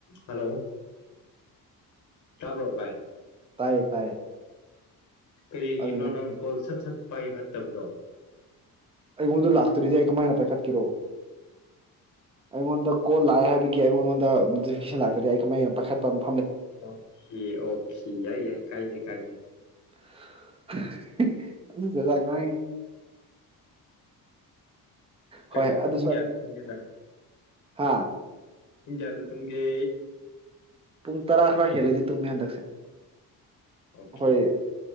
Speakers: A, on the left; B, on the right.
A: ꯍꯜꯂꯣ ꯇꯥꯕ꯭ꯔꯣ ꯚꯥꯏ
B: ꯇꯥꯏꯌꯦ ꯇꯥꯏꯌꯦ
A: ꯀꯔꯤꯒꯤꯅꯣ
B: ꯑꯗꯨꯅꯦ
A: ꯅꯪ ꯀꯣꯜ ꯁꯠꯁꯠ ꯄꯥꯏꯈꯠꯇꯕꯗꯣ
B: ꯑꯩꯉꯣꯟꯗ ꯂꯥꯛꯇ꯭ꯔꯤꯗꯤ ꯑꯩ ꯀꯃꯥꯏꯅ ꯄꯥꯏꯈꯠꯀꯦꯔꯣ ꯑꯩꯉꯣꯟꯗ ꯀꯣꯜ ꯂꯥꯛꯑꯦ ꯍꯥꯏꯕꯤ ꯒꯤ ꯑꯩꯉꯣꯟꯗ ꯅꯣꯇꯤꯐꯤꯀꯦꯁꯟ ꯂꯥꯛꯇꯗꯤ ꯑꯩ ꯀꯃꯥꯏꯅ ꯄꯥꯏꯈꯠꯄꯝ
A: ꯑꯣꯈꯤ ꯑꯣꯈꯤ ꯌꯥꯏ ꯌꯥꯏ ꯀꯥꯏꯗꯦ ꯀꯥꯏꯗꯦ
B: <unintelligible> ꯉꯥꯏ
A: ꯀꯩ
B: ꯍꯣꯏ ꯑꯗꯨꯁꯨ
A: ꯄꯨꯡ ꯀꯌꯥꯗ ꯇꯨꯝꯒꯦꯅꯪ
B: ꯍꯥ
A: ꯄꯨꯡ ꯀꯌꯥꯗ ꯇꯨꯨꯝꯒꯦ
B: ꯄꯨꯡ ꯇꯔꯥ ꯈꯔ ꯍꯦꯜꯂꯗꯤ ꯇꯨꯝꯃꯦ ꯍꯟꯗꯛꯁꯦ
A: ꯑꯣꯀꯦ
B: ꯈꯣꯏ